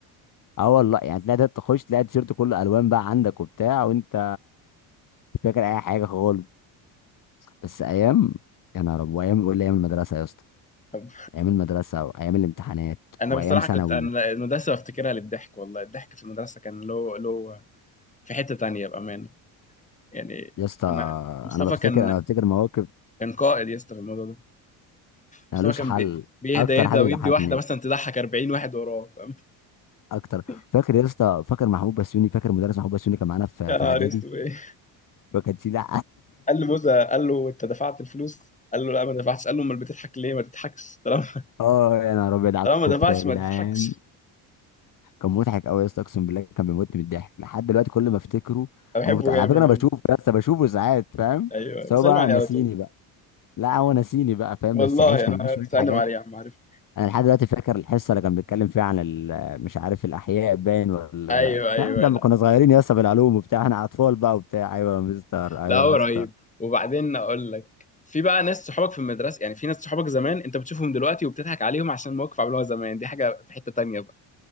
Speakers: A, on the left; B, on the left.
A: اه والله يعني تلاقي ده تخش تلاقي التيشيرت كله الوان بقى عندك وبتاع وانت مش فاكر اي حاجه خالص بس ايام يا نهار ابيض ايام ولا ايام المدرسه يا اسطى
B: طب
A: ايام المدرسه وايام الامتحانات
B: أنا
A: وايام
B: بصراحة
A: ثانوي
B: كنت أنا المدرسة بفتكرها للضحك والله الضحك في المدرسة كان له له في حتة تانية بأمانة يعني
A: يا اسطى
B: أنا مصطفى
A: انا بفتكر
B: كان
A: انا بفتكر مواقف
B: كان قائد يا اسطى في الموضوع ده مصطفى
A: مالوش
B: كان
A: حل
B: بي- بيهدى
A: اكتر
B: يهدى
A: حد
B: ويدي
A: بيضحكني
B: واحدة مثلا تضحك 40 واحد وراه فاهم
A: اكتر
B: <laughs>
A: فاكر يا اسطى فاكر محمود بسيوني فاكر مدرس محمود بسيوني كان معانا في
B: يا
A: في
B: نهار
A: اعدادي
B: اسود إيه؟
A: وكان في لا
B: قال له موزة قال له أنت دفعت الفلوس قال له لا ما دفعتش قال له امال بتضحك ليه ما تضحكش طالما
A: <laughs> اه يا نهار ابيض على
B: طالما
A: الكفر
B: ما دفعتش
A: يا جدعان
B: ما تضحكش
A: كان مضحك قوي يا اسطى اقسم بالله كان بيموتني من الضحك لحد دلوقتي كل ما افتكره
B: أنا بحبه
A: اموت على
B: جامد
A: فكره انا
B: أوي
A: بشوفه يا اسطى بشوفه ساعات فاهم
B: أيوه
A: سواء
B: بسلم
A: بقى
B: عليه
A: نسيني
B: على طول
A: بقى لا هو نسيني بقى فاهم
B: والله
A: بس عشنا
B: أنا
A: معاه شويه
B: بسلم
A: حاجات
B: عليه يا عم عارف
A: انا لحد دلوقتي فاكر الحصه اللي كان بيتكلم فيها عن ال- مش عارف الاحياء باين ولا
B: أيوه أيوه
A: مش عارف لما
B: لا
A: كنا صغيرين يا اسطى بالعلوم وبتاع احنا اطفال بقى وبتاع ايوه يا مستر ايوه
B: لا هو
A: يا
B: رهيب
A: اسطى
B: وبعدين أقول لك في بقى ناس صحابك في المدرسة يعني في ناس صحابك زمان أنت بتشوفهم دلوقتي وبتضحك عليهم عشان موقف عملوها زمان دي حاجة في حتة تانية بقى